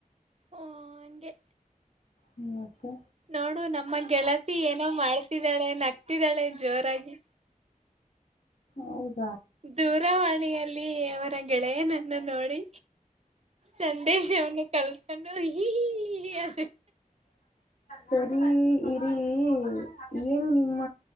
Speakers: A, on the right (about 50°); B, on the left (about 75°).
A: ಹ್ಮ ಹಗೆ
B: ಹ್ಮ ಮತ್ತೆ
A: ನೋಡು ನಮ್ಮ ಗೆಳತಿ ಏನೋ ಮಾಡ್ತಿದ್ದಾಳೆ ನಗ್ತಿದ್ದಾಳೆ ಜೋರಾಗಿ
B: ಹೌದು
A: ದೂರವಾಣಿಯಲ್ಲಿ ಅವರ ಗೆಳೆಯನನ್ನ ನೋಡಿ ಸಂದೇಶ ವನ್ನು ಕಳ್ತೊಂಡ ಈ ಅ
B: ಸರಿ ಇಲ್ಲಿೀ ಏನು ನಿಮ್ಮ